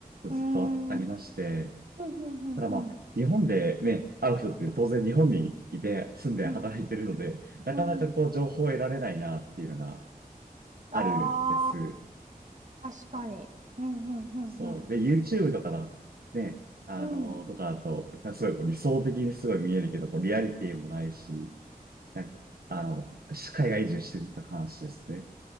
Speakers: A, on the right; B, on the right.
A: うーん。
B: ずっとあありまして、
A: うんうんうんうん。
B: ただまあ、日本でね、会う人って当然日本にいて住んで働いてるので、
A: うん。
B: なかなかこう情報を得られないなっていうのが
A: うん。
B: あるんです。
A: あー、確かに。うんうんうん
B: そう。で、YouTube とかだ、ね、あのーとかだと、
A: うん。
B: すごいこう理想的にすごい見えるけど、こうリアリティもないし、なんか、あの、海外移住してきた話ですね。